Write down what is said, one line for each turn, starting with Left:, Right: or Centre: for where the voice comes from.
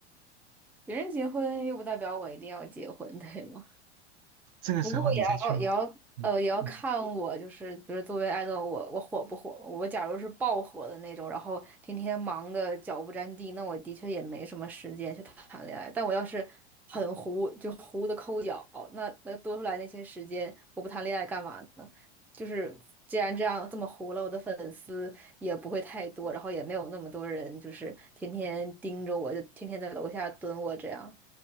Centre: <laughs> 别人结婚又不代表我一定要结婚，对吗？
Right: 这个时候你再去，
Centre: 不过也要也要呃也要看我，
Right: 嗯嗯，
Centre: 就是比如作为爱豆，我我火不火？我假如是爆火的那种，然后天天忙的脚不沾地，那我的确也没什么时间去谈恋爱。但我要是很糊，就糊的抠脚，那那多出来那些时间，我不谈恋爱干嘛呢？就是既然这样这么糊了，我的粉丝也不会太多，然后也没有那么多人，就是天天盯着我，就天天在楼下蹲我这样，